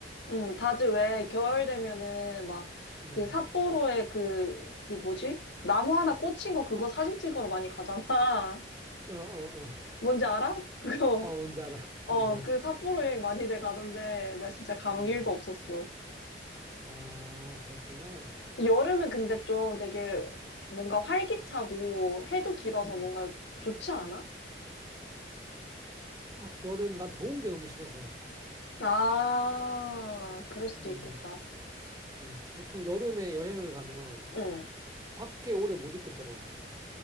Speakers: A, on the left; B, on the right.
A: 응, 다들 왜 겨울 되면은 막
B: 음.
A: 그 삿포로에 그, 그 뭐지? 나무 하나 꽂힌 거 그거 사진 찍으러 많이 가잖아. <laughs>
B: 어, 어, 어.
A: 뭔지 알아? 그거.
B: 아, 뭔지 알아. <laughs>
A: 어,
B: 뭔지 알아.
A: 그 삿포로 여행 많이들 가던데 나 진짜 감흥
B: 음.
A: 1도 없었어.
B: 아, 그랬구나.
A: 여름은 근데 좀 되게 뭔가 활기차고 해도 길어서
B: 음.
A: 뭔가 좋지 않아?
B: 아, 여름, 난 더운 게 너무 싫어서.
A: 아, 그럴 수도
B: 음.
A: 있겠다.
B: 음. 보통 여름에 여행을 가면
A: 응.
B: 밖에 오래 못 있겠더라고.